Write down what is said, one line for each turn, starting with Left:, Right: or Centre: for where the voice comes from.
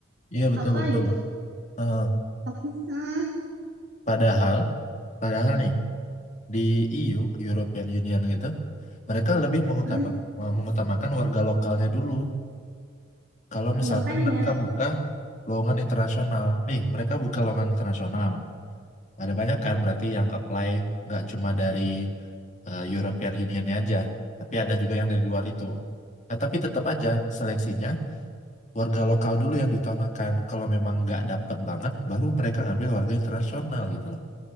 Right: Kayak
Left: iya betul
Right: apa
Left: betul
Right: gitu?
Left: Eh,
Right: Apa? sih? Hmm,
Left: padahal padahal nih di EU European Union gitu mereka lebih mengutamakan
Right: hmm,
Left: mengutamakan warga lokalnya dulu kalau
Right: makanya.
Left: misalkan mereka buka lowongan internasional nih mereka buka lowongan internasional Ada banyak kan berarti yang apply nggak cuma dari eh, European Union aja, tapi ada juga yang dari luar itu. Nah, tapi tetap aja seleksinya warga lokal dulu yang diutamakan. Kalau memang nggak dapet banget, baru mereka ngambil warga internasional gitu loh.